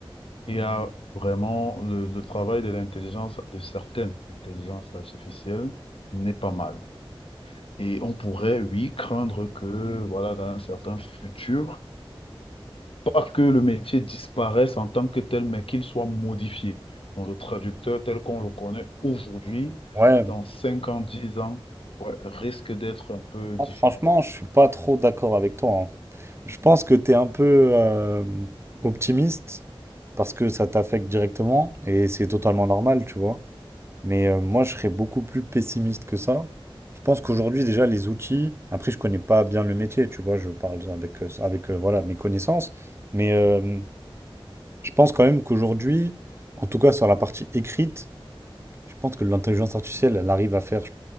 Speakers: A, on the left; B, on the right.
A: il y a vraiment le, le travail de l'intelligence, de certaines intelligences artificielles n'est pas mal. Et on pourrait, oui, craindre que, voilà, dans un certain futur, pas que le métier disparaisse en tant que tel, mais qu'il soit modifié. Donc, le traducteur tel qu'on le connaît aujourd'hui,
B: Ouais,
A: dans 5 ans, 10 ans, ouais, risque d'être un peu
B: Ah,
A: différent.
B: franchement, je suis pas trop d'accord avec toi. Je pense que tu es un peu euh, optimiste parce que ça t'affecte directement et c'est totalement normal, tu vois. Mais euh, moi, je serais beaucoup plus pessimiste que ça. Je pense qu'aujourd'hui, déjà, les outils, après, je connais pas bien le métier, tu vois, je parle avec, euh, avec euh, voilà, mes connaissances. Mais euh, je pense quand même qu'aujourd'hui, en tout cas sur la partie écrite, je pense que l'intelligence artificielle, elle arrive à faire